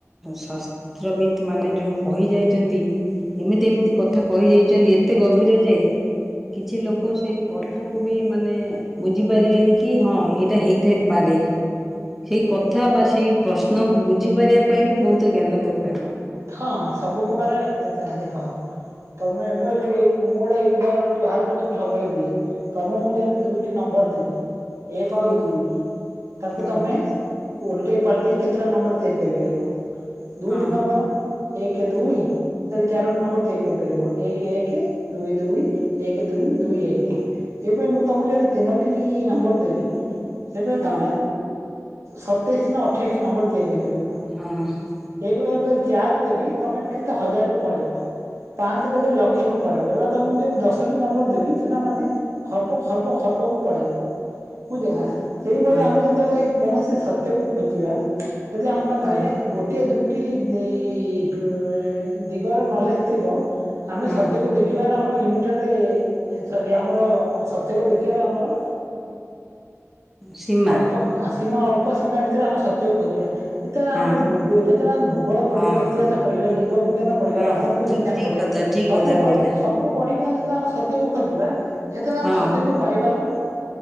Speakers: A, in the centre; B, on the right (about 65°).
A: ଶା ପିତ୍ରବିତ୍ ମାନେ ଯେଉଁ କହିଯାଇଚନ୍ତି। ଏମିତି ଏମିତି କଥା କହି ଯାଇଚନ୍ତି ଏତେ ଗଭୀର ଯେ କିଛି ଲୋକ ସେଇ କଥାକୁ ବି ମାନେ ବୁଝିପାରିବେନି କି ହଁ ଏଇଟା ହେଇଥାଏ ପାରି ସେଇ କଥା ବା ସେଇ ପ୍ରଶ୍ନକୁ ବୁଝିପାରିବା ପାଇଁ ବି ବୋହୁତ ଜ୍ଞାନ ଦରକାର।
B: ହଁ ସବୁ ପ୍ରକାର ଦେଖା ଦେଖ। ତମେ ମୋ ଯୋଉ ଏଇ ମୋର ଏଇ ଉଦାହରଣଟି ବାହାର କରିଚ। ସବୁବେଳେ ଦିଏ ତମକୁ ମୁଁ ଯଦି ଦୁଇଟି ନମ୍ବର ଦେବି ଏକ
A: ହୁଁ
B: ଆଉ ଦୁଇ ତାକୁ
A: ହୁଁ
B: ତମେ ଓଲଟେଇ ପାଲଟେଇ କେତେଟା ନମ୍ବର ତିଆରି କରିପାରିବ ଦୁଇଟି
A: ହଁ
B: ନମ୍ବର। ଏକ ଦୁଇ
A: ହଁ।
B: ସରି ଚାରୋଟି ନମ୍ବର ତିଆରି କରିପାରିବ। ଏକ ଏକ ଦୁଇ ଦୁଇ ଏକ ଦୁଇ ଦୁଇ ଏକ ସେଇଭଳି ମୁଁ ଯିିଦି ତମକୁ ଯଦି ତିନୋ ଟି ନମ୍ବର ଦେବି ସେଠାରେ
A: ହଁ
B: ତମେ ସତେଇଶି ନା ଅଠେଇଶି ନମ୍ବର ତିଆରି କରିପାରିବ
A: ହଁ ହଁ
B: ଏଇଭଳି ଅ କରିଦେବି ତମେ କେତେ ହଜାରକୁ ପଳେଇବ ପାଞ୍ଚ ଦେଲେ ଲକ୍ଷ ସବୁ ପଳେଇବେ ଏଭଳିଆ ତମକୁ ଯଦି ଦଶଟି ନମ୍ବର ଦେବି ସେଟା ମାନେ ହବ ଖର୍ବ ଖର୍ବକୁ ପଳେଇବ ବୁଝୀଲେନା
A: ହଁ।
B: ସେଇଭଳିଆ
A: ହଁ।
B: ଆମେ ଯଦି ଯେତେବେଳେ କୌଣସି ସତ୍ୟକୁ ଖୋଜିବା ଯଦି ଆମ ପାଖରେ
A: ହଁ
B: ଗୋଟିଏ ଦୁଇଟି ଏଇ ପୁରେ ଦିଗର ନଲେଜ ଥିବ ଆମେ
A: ହଁ
B: ସତ୍ୟକୁ ଦେଖି ବାର ଆମର ଲିମିଟେଡେ ଏଥର ବି ଆମର ସତ୍ୟକୁ ଦେଖିବାରେ ଆମର
A: ସୀମା
B: ଅଳ୍ପ ସୀମା ଅଳ୍ପ ସୀମା ଭିତରେ ଆମେ ସତ୍ୟକୁ ଖୋଜିବା। ଯେତେବେଳେ
A: ହଁ
B: ଆମେ ଭୂ ଯେତେଳେ ଆମ ଭୁଗୋଳ ପଢ଼ିବେ
A: ହଁ
B: ଇତିହାସ
A: ହଁ
B: ପଢ଼ିବବେ ଜୀବିଜ୍ଞାନ ପଢ଼ିବା
A: ହଁ
B: ରାସାୟନିକ
A: ହଁ ଠିକ
B: ବିଜ୍ଞାନ
A: ଠିକ
B: ପଢ଼ିବା
A: କଥା ଠିକ
B: ସବୁ
A: କଥା
B: ପ
A: କହିଲେ
B: ସବୁ ପଢ଼ିଚନ୍ତି ଯେତେବେଳେ ଆମେ ସତ୍ୟକୁ ଖୋଜିବା ସେତେବେଳେ
A: ହଁ
B: ଆମେ ସତ୍ୟକୁ ପାଇବାର